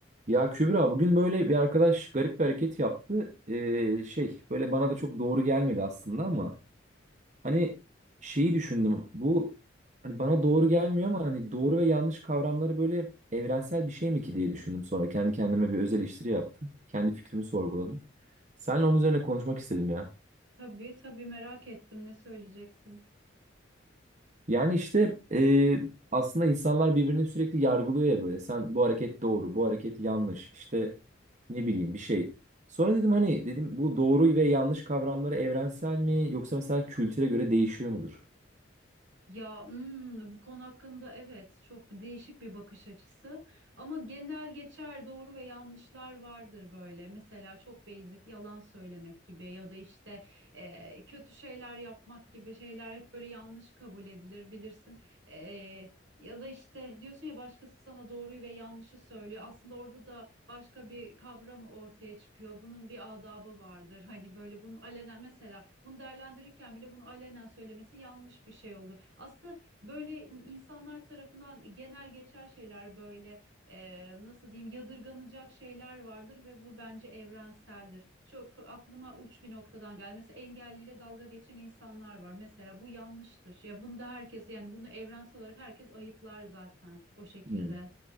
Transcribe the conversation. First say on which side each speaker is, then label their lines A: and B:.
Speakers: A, on the right; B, on the right.
A: Ya Kübra bugün böyle bir arkadaş garip bir hareket yaptı. Ee, şey böyle bana da çok doğru gelmedi aslında ama hani şeyi düşündüm. Bu hani bana doğru gelmiyor ama hani doğru ve yanlış kavramları böyle evrensel bir şey mi ki diye düşündüm sonra. Kendi kendime bir öz eleştiri yaptım. Kendi fikrimi sorguladım. Seninle onun üzerine konuşmak istedim ya.
B: Tabii tabii merak ettim ne söyleyeceksin.
A: Yani işte e, aslında insanlar birbirini sürekli yargılıyor ya böyle. Sen bu hareket doğru, bu hareket yanlış. İşte ne bileyim bir şey. Sonra dedim hani dedim bu doğru ve yanlış kavramları evrensel mi yoksa mesela kültüre göre değişiyor mudur?
B: Ya hmm, bu konu hakkında evet çok değişik bir bakış açısı ama genel geçer doğru ve yanlışlar vardır böyle. Mesela çok basic yalan söylemek gibi ya da işte e, kötü şeyler yapmak gibi şeyler hep böyle yanlış kabul edilir bilirsin. E, ya da işte diyorsun ya başkası sana doğruyu ve yanlışı söylüyor. Aslında orada da başka bir kavram ortaya çıkıyor. Bunun bir adabı vardır. <laughs> Hani böyle bunu alenen mesela bunu değerlendirirken bile bunu alenen söylemesi yanlış bir şey olur. Aslında böyle insanlar tarafından genel geçer şeyler böyle e, nasıl diyeyim yadırganacak şeyler vardır ve bu bence evrenseldir. Çok aklıma uç bir noktadan geldi. Mesela engelliyle dalga geçen insanlar var. Mesela bu yanlıştır. Ya bunu da herkes yani bunu evrensel olarak herkes ayıplar zaten o şekilde.
A: Hmm.